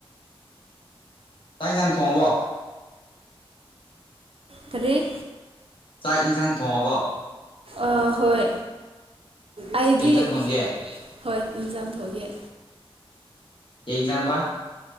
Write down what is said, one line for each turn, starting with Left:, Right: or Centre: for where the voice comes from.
Left: ꯇꯥꯏꯒꯥꯟ ꯊꯣꯡꯉꯕꯣ
Right: ꯊꯔꯤ
Left: ꯆꯥꯛ ꯌꯦꯟꯁꯥꯡ ꯊꯣꯡꯉꯕꯣ
Right: ꯑ ꯍꯣꯏ ꯑꯩꯗꯤ
Left: ꯌꯦꯡꯖꯥꯡ ꯊꯣꯡꯒꯦ
Right: ꯍꯣꯏ ꯏꯟꯖꯥꯝ ꯊꯣꯛꯑꯦ
Left: ꯀꯖꯥꯡꯕ